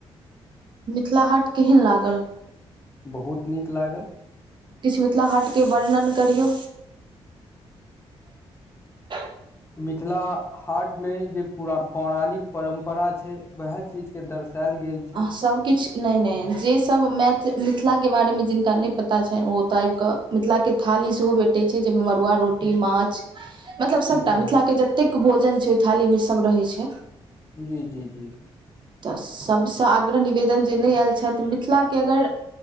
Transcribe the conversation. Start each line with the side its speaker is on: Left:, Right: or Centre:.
Right: मिथिला हाट केहन लागल
Left: बहुत नीक लागल
Right: किछ मिथिला हाटके वर्णन करियौ <inaudible>
Left: मिथिला हाट मे जे पुरा पौराणिक परम्परा छैय वएह चीज के दर्शायएल गेल छैय
Right: सब किछ नैय नैय जे सब मैथ मिथिलाके बारेमे जिनका नहि पता छनि ओ इए आबि क मिथिला के थाली सेहो भेटे छै जाहिमे मरुआ रोटी माछ मतलब
Left: हूँ
Right: सबटा मिथिला
Left: हूँ
Right: के जतेक भोजन छैर ओहि थाली मे सब रहै छैय
Left: जी जी जी
Right: त सभसँ आग्रह निवेदन जे नैय आयल छथि मिथिलाके अगर